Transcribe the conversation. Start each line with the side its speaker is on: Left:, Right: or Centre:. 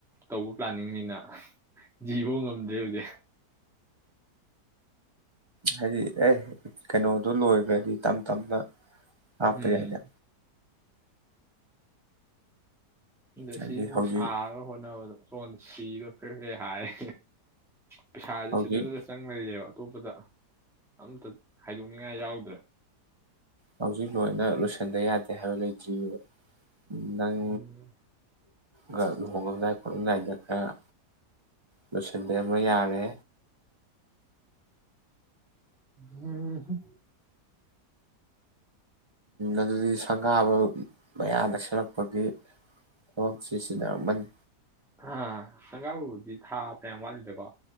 Centre: ꯇꯧꯕ ꯄ꯭ꯂꯥꯅꯤꯡꯅꯤꯅ ꯖꯤ ꯐꯧ ꯉꯝꯗ꯭ꯔꯦ ꯍꯧꯖꯤꯛ
Right: ꯍꯥꯏꯗꯤ ꯑꯦ ꯀꯩꯅꯣꯗꫭ ꯂꯣꯏꯈ꯭ꯔꯗꯤ ꯇꯞ ꯇꯞꯅ ꯍꯥꯄ
Centre: ꯎꯝ
Right: ꯌꯥꯏꯗ
Centre: ꯑꯗ
Right: ꯍꯥꯏꯗꯤ
Centre: ꯁꯤ ꯌꯨꯝꯗ
Right: ꯍꯧꯖꯤꯛ
Centre: ꯁꯥꯔꯒ ꯍꯣꯠꯅꯕꯗꯣ ꯁꯣꯟ ꯁꯤꯗꯣ ꯐꯦ ꯍꯥꯏꯔꯦ ꯄꯩꯁꯥꯁꯦ
Right: ꯍꯧꯖꯤꯛ
Centre: ꯁꯤꯗꯗꯨꯗ ꯆꯪꯂꯩꯔꯦꯕ ꯑꯇꯣꯞꯄꯗ ꯑꯝꯇ ꯍꯥꯏꯗꯣꯛꯅꯤꯡꯉꯥꯏ ꯌꯥꯎꯗ꯭ꯔꯦ
Right: ꯍꯧꯖꯤꯛ ꯂꯣꯏꯅ ꯂꯣꯏꯁꯤꯟꯗ ꯌꯥꯗꯦ ꯍꯥꯏꯕ ꯂꯩꯇ꯭ꯔꯤꯕ ꯅꯪ
Centre: ꯎꯝ
Right: ꯈ ꯂꯨꯍꯣꯡꯉꯝꯗꯥꯏ ꯈꯣꯠꯂꯝꯗꯥꯏꯗ ꯈꯔ ꯂꯣꯏꯁꯤꯟꯗ ꯑꯃ ꯌꯥꯔꯦ
Centre: ꯍꯝ
Right: ꯑꯗꯨꯗꯤ ꯁꯪꯒꯥꯕ ꯃꯌꯥꯅ ꯅꯛ ꯁꯤꯜꯂꯛꯄꯒꯤ ꯊꯕꯛꯁꯤ ꯆꯤꯟꯅꯔꯝꯃꯅꯤ
Centre: ꯑ ꯁꯪꯒꯥ ꯕꯕꯨꯗꯤ ꯊꯥꯒ ꯌꯥꯝ ꯋꯥꯠꯂꯤꯗꯀꯣ